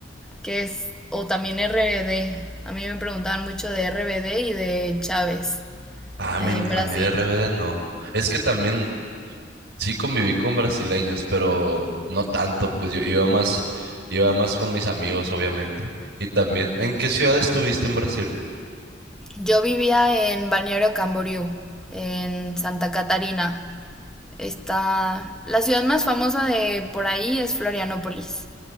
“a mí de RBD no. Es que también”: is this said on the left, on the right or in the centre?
Right